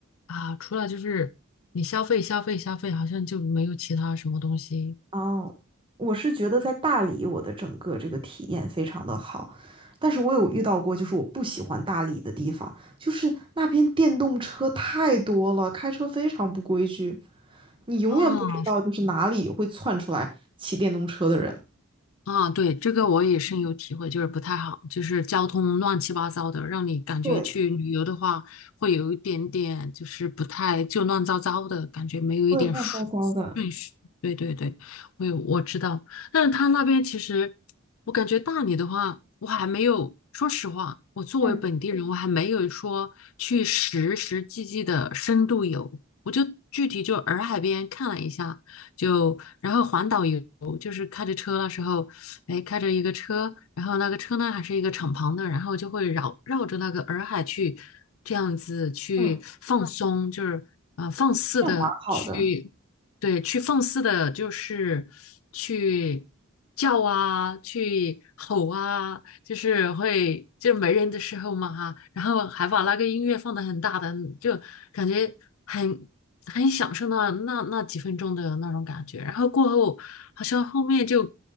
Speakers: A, on the left (about 70°); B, on the right (about 25°).
A: 啊，除了就是你消费消费消费，好像就没有其他什么东西。
B: 哦，我是觉得在大理，我的整个这个体验非常的好，但是我有遇到过，就是我不喜欢大理的地方，就是那边电动车太多了，开车非常不规矩，你永远不知道就是哪里会窜出来骑电动车的人。
A: 啊。啊，对，这个我也深有体会，就是不太好，就是交通乱七八糟的，让你感觉去旅游的话，
B: 对
A: 会有一点点就是不太就乱糟糟的感觉，没有一点顺顺序。
B: 会乱糟糟的。
A: 对对对，我有我知道，但是他那边其实，我感觉大理的话，我还没有，说实话，我作为本地人，
B: 嗯
A: 我还没有说去实实际际的深度游，我就具体就洱海边看了一下。就然后环岛游就是开着车那时候，哎，开着一个车，然后那个车呢还是一个敞篷的，然后就会绕绕着那个洱海去，这样子去放松，
B: 嗯，
A: 就是呃放肆的去，
B: 这样蛮好的，
A: 对，去放肆的，就是去叫啊，去吼啊，就是会就是没人的时候嘛哈，然后还把那个音乐放得很大的，就感觉很很享受那那那几分钟的那种感觉，然后过后。好像后面就